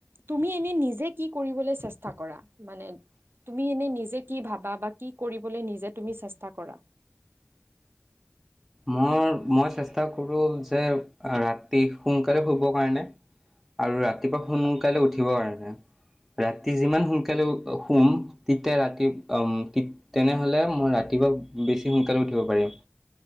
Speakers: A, on the right; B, in the centre.
A: তুমি এনে নিজে কি কৰিবলৈ চেষ্টা কৰা মানে তুমি এনে নিজে কি ভাবা বা কি কৰিবলৈ নিজে তুমি চেষ্টা কৰা?
B: মই মই চেষ্টা কৰো যে ৰাতি সোনকালে শুব কাৰণে। আৰু ৰাতিপুৱা সোন কালে উঠিব কাৰনে। ৰাতি যিমান সোনকালে শুম তেতিয়া ৰাতি আম তি তেনেহলে মই ৰাতিপুৱা বেছি সোনকালে উঠিব পাৰিম।